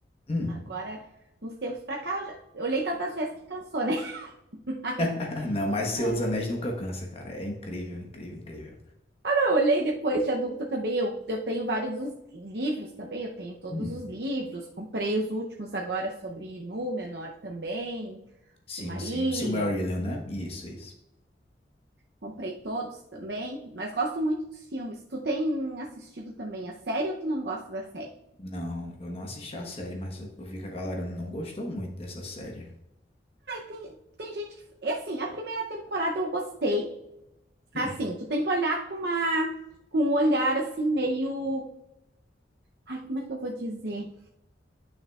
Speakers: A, on the left; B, on the right.
A: Hum.
B: Agora, nos tempos pra cá, eu, já- eu olhei tantas vezes que cansou, né? <laughs> Mas,
A: <laughs> Não, mas Senhor
B: é...
A: dos Anéis nunca cansa, cara. É incrível, incrível, incrível.
B: Ah, não, eu olhei depois de adulta também. Eu, eu tenho vários dos livros também. Eu tenho todos
A: Hum.
B: os livros. Comprei os últimos agora sobre Númenor também,
A: Sim,
B: Silmarillion.
A: sim. Silmarillion, né? Isso, isso.
B: Comprei todos também, mas gosto muito dos filmes. Tu tem assistido também a série ou tu não gosta da série?
A: Não, eu não assisti a série, mas eu, eu vi que a galera não gostou muito dessa série.
B: Tem, tem gente que. É assim, a primeira temporada eu gostei.
A: Hum.
B: Assim, tu tem que olhar com uma, com um olhar assim, meio. Ai, como é que eu vou dizer?